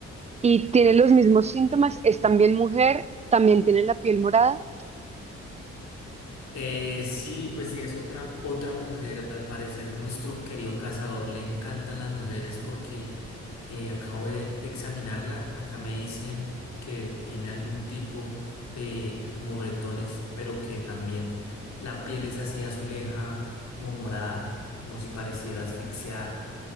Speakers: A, on the right (about 25°); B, on the left (about 65°).
A: Y tiene los mismos síntomas, es también mujer, también tiene la piel morada
B: Eh, sí, pues sí, es otra, otra mujer. Al parecer, nuestro querido cazador le encantan las mujeres porque eh, acabo de, de examinarla. Acá me dicen que tiene algún tipo de moretones, pero que también la piel es así azuleja, como morada, como si pareciera asfixiada.